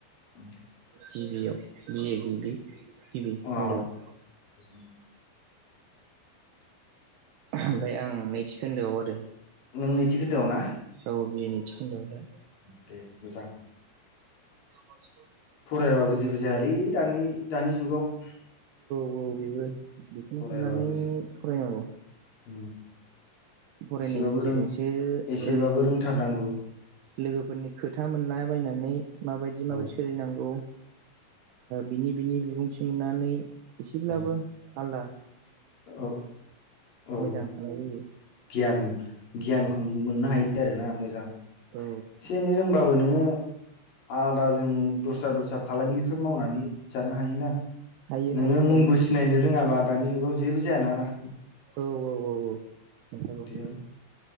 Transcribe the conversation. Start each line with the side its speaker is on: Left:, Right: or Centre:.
Left: उम
Right: गिबियाव बियो गिबि गिबि खोन्दोआव
Left: औ अ
Right: ओमफ्राय आं नैथि खोन्दोआव आरो
Left: नों नैथि खोन्दोआव ना
Right: औ बिए नैथि खोन्दोआव दा
Left: दे मोजां
Right: ास
Left: फरायाबाबो जेबो जायालै दानि दानि जुगाव
Right: औ औ बेबो बेखौनो
Left: फरायाबाबो
Right: साननानै
Left: जेबो
Right: फरायनांगौ
Left: उम
Right: फरायनायनि
Left: एसेबाबो रों
Right: गेजेरजोंसो
Left: एसेबाबो
Right: ओरैनि
Left: रोंथारनांगौ
Right: लोगोफोरनि खोथा मोननाय बायनानै माबायदि
Left: औ
Right: माबायदि सोलिनांगौ बिनि बिनि बिबुंथि मोननानै एसेब्लाबो
Left: औ
Right: आलद
Left: औ औ
Right: मोजां साननाय जायो
Left: गियान गियानखौ मोननो हायो आरो ना मोजां
Right: औ
Left: एसे एनै रोंबाबो नोङो आलादा जों दस्रा दस्रा फालांगिफोर मावनानै जानो हायोना
Right: हायो
Left: नोङो
Right: हायो
Left: मुंबो
Right: हायो
Left: सिनायनो रोङाबा दानि जुगाव जेबो जायाानाना
Right: औ औ औ नंथारगौ
Left: बे आरो